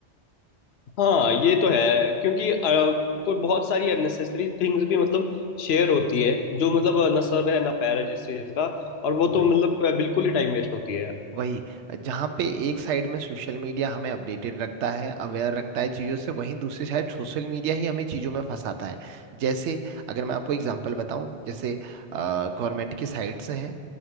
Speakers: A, on the left (about 70°); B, on the right (about 85°).
A: हाँ ये तो है क्योंकि अ, कोई बहुत सारी अननेसेसरी थिंग्स भी मतलब शेयर होती है जो मतलब अ, ना सर है ना पैर है जिस चीज का और वो तो
B: गया
A: मतलब अ, बिल्कुल ही टाइम वेस्ट होती है यार
B: वही जहाँ पे एक साइड में सोशल मीडिया हमें अपडेटेड रखता है अवेयर रखता है चीज़ों से वहीं दूसरी साइड सोशल मीडिया ही हमें चीज़ों में फंसाता है जैसे अगर मैं आपको एग्जांपल बताऊं जैसे गवर्नमेंट की साइट्स से हैं